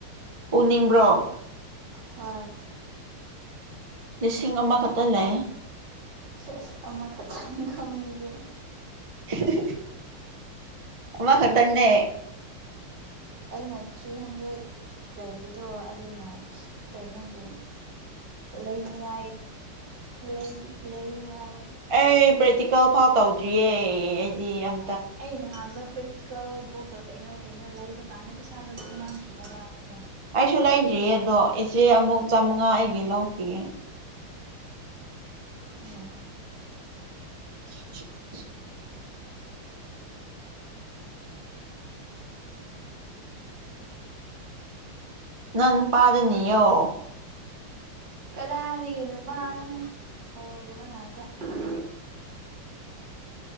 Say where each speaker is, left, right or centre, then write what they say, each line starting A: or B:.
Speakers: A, on the right; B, on the right.
A: ꯎꯅꯤꯡꯕ꯭ꯔꯣ
B: ꯍꯣꯏ
A: ꯂꯤꯁꯤꯡ ꯑꯃꯈꯛꯇ ꯂꯩꯦ
B: ꯆꯁ ꯑꯃꯈꯛꯇꯪ ꯈꯪ ꯏꯗ
A: <unintelligible> ꯑꯃ ꯈꯗꯪꯅꯦ
B: ꯑꯩꯅ ꯊ꯭ꯔꯤ ꯍꯟꯗ꯭ꯔꯦꯠ ꯂꯩꯕꯗꯣ ꯑꯗꯨꯅ ꯀꯩꯅꯣꯒꯤ ꯂꯩꯅꯤꯡꯉꯥꯏ ꯂꯩ ꯂꯩꯅꯤꯉꯥꯏ
A: ꯑꯩ ꯄ꯭ꯔꯦꯛꯇꯤꯀꯦꯜ ꯐꯥꯎ ꯇꯧꯗ꯭ꯔꯤꯌꯦ ꯑꯩꯗꯤ ꯌꯥꯝ
B: ꯑ ꯅꯗ ꯄ꯭ꯔꯦꯛꯇꯤꯀꯦꯜ ꯕꯨꯛꯀ ꯀꯩꯅꯣ ꯀꯩꯅꯣ ꯂꯩꯕ ꯀꯥꯟꯗ ꯄꯩꯁꯥꯗꯣ ꯑꯗꯨꯝ ꯃꯥꯡꯈꯤꯕ ꯋꯥꯅꯤꯅ
A: ꯀꯩꯁꯨ ꯂꯩꯇ꯭ꯔꯤ ꯑꯗꯣ ꯏꯆꯦ ꯑꯃꯨꯛ ꯆꯥꯃꯉꯥ ꯑꯩꯒꯤ ꯂꯧꯈꯤꯌꯦ
B: ꯑꯣ
A: <unintelligible> ꯅꯥꯟ ꯄꯥꯔꯅꯤꯌꯣ
B: ꯀꯗꯥꯏ ꯍꯥꯏꯔꯤꯒꯦ ꯅꯨꯄꯥꯅꯣ ꯍꯣꯏ ꯑꯣꯏꯗꯕ ꯉꯥꯛꯇ <unintelligible>